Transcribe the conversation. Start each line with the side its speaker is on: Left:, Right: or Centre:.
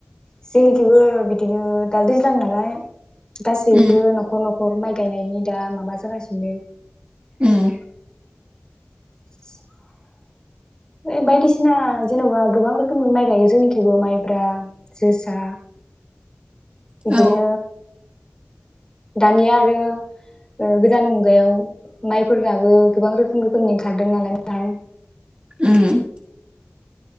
Left: जेनिखिबो बिदिनो दाल दैज्लां नालाय, गासैबो
Right: उम
Left: न'खर न'खर हर माइ गायनायनि दा माबा जागासिनो,
Right: उम
Left: <inaudible> बायदिसिना जेन'बा गोबां रोखोमनि माइ गायो जोंनिखिबो माइब्रा जोसा, बिदिनो,
Right: औ
Left: दानि आरो ओ गोदान मुगायाव माइफोराबो गोबां रोखोम रोखोमनि ओंखार दों नालाय नोंथां,
Right: उम <inaudible>